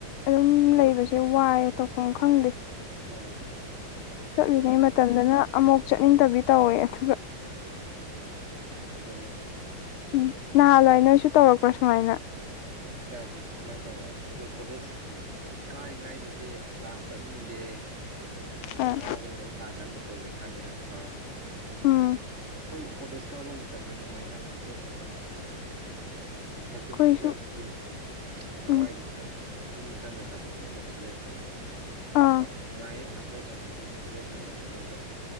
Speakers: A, on the left (about 90°); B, on the right (about 35°).
A: ꯑꯗꯨꯝ ꯂꯩꯕꯁꯦ ꯋꯥꯏꯑꯦ ꯇꯧꯐꯝ ꯈꯪꯗꯦ
B: ꯍꯣꯏ
A: ꯆꯠꯂꯤꯉꯩ
B: ꯑꯣꯏꯔꯝꯒꯅꯤ
A: ꯃꯇꯝꯗꯅ ꯑꯃꯨꯛ ꯆꯠꯅꯤꯡꯗꯕꯤ ꯇꯧꯋꯦ ꯑꯗꯨꯒ
B: ꯑꯗꯨꯅꯦ
A: ꯎꯝ ꯅꯍꯥꯟꯋꯥꯏ ꯅꯣꯏꯁꯨ ꯇꯧꯔꯛꯄ꯭ꯔ ꯁꯨꯃꯥꯏꯅ
B: ꯍꯣꯏ ꯁꯨꯃꯥꯏꯅ ꯇꯧꯔꯛꯑꯦ ꯑꯗꯣ ꯀꯣꯂꯦꯖ ꯀꯥꯔꯤꯉꯩꯗꯗꯤ ꯀ꯭ꯂꯥꯁ ꯆꯠꯅꯤꯡꯗꯦ
A: ꯑꯥ
B: ꯑ ꯀꯥꯕ ꯂꯣꯏꯔ ꯀꯥꯟꯗ ꯑꯃꯨꯛ ꯀꯣꯂꯦꯖ ꯀꯥꯅꯤꯡꯉꯛꯄ
A: ꯎꯝ
B: ꯍꯣꯏ ꯀꯣꯂꯦꯖ ꯀꯥꯕ ꯃꯇꯝꯗ ꯅꯨꯡꯉꯥꯏꯗ ꯃꯥꯁꯇꯔ ꯇꯝꯕ ꯃꯇꯝꯕꯨꯗꯤ ꯍꯥꯏꯕꯗꯤ
A: ꯑꯩꯈꯣꯏꯁꯨ
B: ꯃꯥꯁꯇꯔꯗꯨꯗꯤ ꯊꯋꯥꯏꯗꯨ
A: ꯎꯝ
B: ꯈꯤꯇꯡ ꯄꯨꯛꯅꯤꯡ ꯆꯪꯅ ꯇꯝꯃꯦꯕꯀꯣ ꯁꯤꯔꯤꯌꯦꯁ ꯇꯧꯅ
A: ꯑꯥ
B: ꯍꯣꯏ ꯅꯨꯡꯉꯥꯏꯌꯦ ꯃꯥꯁꯇꯔ ꯇꯝꯕꯁꯨ ꯁꯦꯔꯦꯁ ꯇꯧꯔꯛꯄꯗꯣ ꯑꯗꯣ